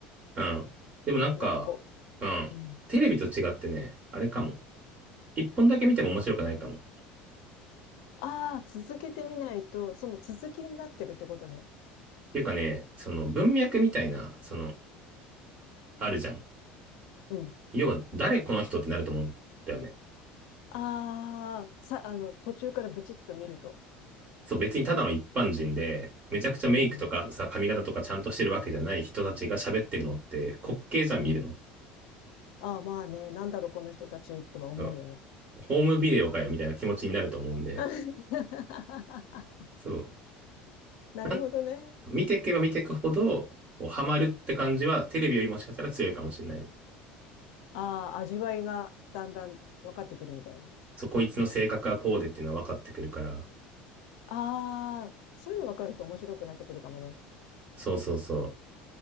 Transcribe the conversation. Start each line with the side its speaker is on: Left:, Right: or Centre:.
Right: うん。でもなんか、
Left: なんかこ
Right: うん。
Left: う、うん。
Right: テレビと違ってね、あれかも。一本だけ見ても面白くないかも。っ
Left: ああ、続けてみないと、その続きになってるってことね。
Right: ていうかね、その文脈みたいな、その、あるじゃん。
Left: うん。
Right: 要は誰この人ってなると思うんだよね。
Left: ああ、さ、あの、途中からブチッと見ると。
Right: そう、別にただの一般人で、めちゃくちゃメイクとかさ、
Left: うん。
Right: 髪型とかちゃんとしてるわけじゃない人たちが喋ってるのって滑稽じゃん見るの。
Left: うん。ああ、まあね、なんだろう、この人たちっては思うよね。
Right: そうホームビデオかよみたいな気持ちになると思うんで、
Left: <laughs>
Right: そう。
Left: なるほどね。
Right: なん見ていけば見ていくほど、こうハマるって感じはテレビよりもしかしたら強いかもしれないね。
Left: うん。ああ、味わいがだんだん分かってくるみたいな。
Right: そう、こいつの性格はこうでっていうのは分かってくるから。
Left: ああ、そういうの分かると面白くなってくるかもね。
Right: そうそうそ